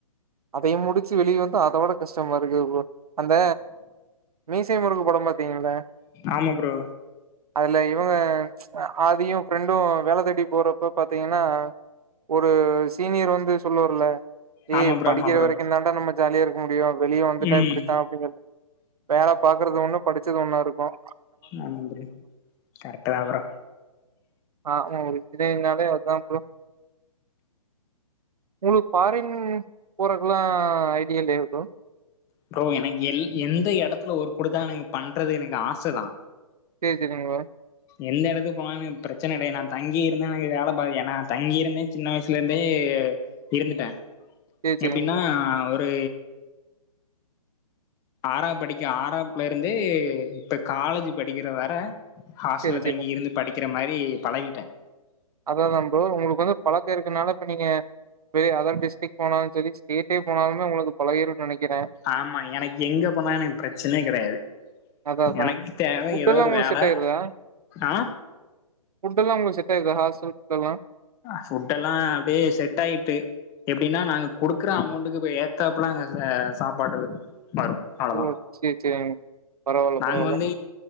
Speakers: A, on the right; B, on the left.
A: அதயும் முடிச்சு வெளிய வந்து அதோட கஸ்டமா இருக்கு ப்ரோ அந்த மீசய முருக்கு படம் பாத்தீங்கல்ல
B: ஆமா ப்ரோ
A: அதுல இவங்க ஆதியும் ஃப்ரெண்டும் வேல தேடி போறப்ப பாத்தீங்கன்னா ஒரு சீனியர் வந்து சொல்வார்ல்ல ஏய்
B: ஆமா ப்ரோ
A: படிக்கற
B: ஆமா ப்ரோ
A: வரைக்கும் தாண்டா நம்ம ஜாலியா இருக்க முடியு வெளிய வந்துட்டா
B: ம்
A: இப்டித்தா அப்டின்னு சொ வேல பாக்குறது ஒண்ணு படிச்சது ஒண்ணா இருக்கும்
B: ஆமாம் ப்ரோ கரெக்டு தா ப்ரோ
A: ஆ தெரியும்னாலே அதான் ப்ரோ உங்களுக்கு ஃபாரின் போறக்குலாம் ஐடியா இல்லயா ப்ரோ
B: ப்ரோ எனக்கு எ எந்த எடத்துல ஒர்க் கொடுத்தாலும் எனக் பண்றது எனக்கு ஆச தா
A: பேசிடுங்க
B: எந்த எடத்துக்கு போனாலும் எனக்கு பிரச்சன கெடையது நான் தங்கி இருந்தே எனக்கு வேல பா ஏன்னா தங்கிரு இருந்தே சின்ன வயசு வீட்லந்தே இருந்துட்டேன்
A: சேரி சேரிங்க
B: எப்டின்னா
A: ப்ரோ
B: ஒரு ஆறாம் படிக் ஆறாப்ல இருந்து இப்ப காலேஜ் படிக்கற வர ஹாஸ்டல
A: சேரி சேரி
B: தங்கி இருந்து படிக்கற மாரி பழகிட்டேன்
A: அதாதான் ப்ரோ உங்களுக்கு வந்து பழக்கம் இருக்கறனால இப்ப நீங்க வெ அதர் டிஸ்ட்ரிக் போனாலும் செரி <unintelligible> போனாலுமே உங்களுக்கு பழகிரும் நனைக்கறேன்
B: ஆமா எனக்கு எங்க போனாலும் என் பிரச்சன கெடையாது
A: அதா அதா
B: எனக்கு தேவ
A: ஃபுட்
B: ஏதாவ
A: எல்லா
B: ஒரு
A: உங்களுக்கு
B: வேல
A: செட் ஆயிருதா
B: ஆ
A: ஃபுட் எல்லாம் உங்களுக்கு செட்ட ஆயிட்தா ஹாஸ்டல் ஃபுட்டலாம்
B: ஃபுட்டலாம் அப்டியே செட் ஆயிட்டு எப்டின்னா நாங்க குடுக்கற அமௌண்ட்டுக்கு இந்த ஏத்தப்பல அங்க சாப்பாடு வரும் அவ்ளதா
A: ஓ சேரி சேரிங்க பரவால்ல
B: நாங்க
A: பரவால்ல
B: வந்து